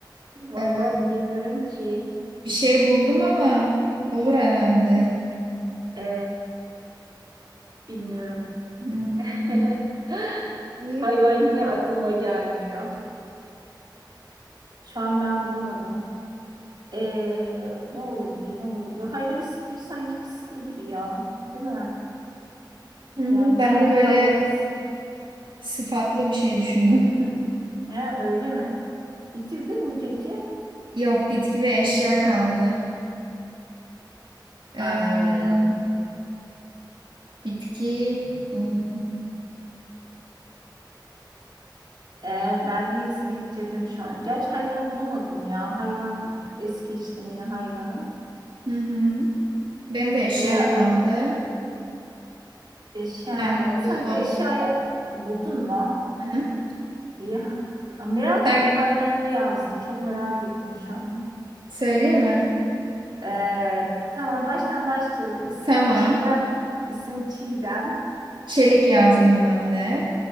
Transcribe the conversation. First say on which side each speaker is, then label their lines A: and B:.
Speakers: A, on the right; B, on the right.
A: Vallahi
B: Ee,
A: bilemiyorum ki.
B: bir şey buldum ama olur herhalde.
A: E, bilmiyorum.
B: Hmm,
A: <laughs>
B: iyi.
A: Hayvan yine aklıma gelmiyor. Şu an ben bulamadım. Ee, ne olabilir, ne olabilir? Hayvanistliği sanki kısıtlı gibi ya, değil mi?
B: Hı hı.
A: Yani
B: Ben
A: sanki
B: de böyle
A: hayvanist,
B: sıfatlı bir şey düşündüm. <laughs>
A: he, öyle mi? Bitirdin mi peki?
B: Yok, bitki ve eşya kaldı. Ee,
A: Anlıyorum.
B: bitki. hmm,
A: Ee, ben hepsini bitirdim şu an. Gerçi hayvanı bulamadım ya. Hayvan es geçtim yine hayvanı.
B: Hı hı. Benim de eşya
A: Ee, artık
B: kaldı.
A: eşya,
B: Heh,
A: sen
B: buldum.
A: de eşyayı buldun mu?
B: Hı hı.
A: İyi. Merak
B: Sen
A: ettim hayvana ne yazdın? Çok merak ettim şu an.
B: söyleyeyim mi?
A: Ee, tamam baştan başlayalım. İsim
B: Tamam.
A: Çiğdem, isim Çiğdem.
B: Çelik yazdım ben de.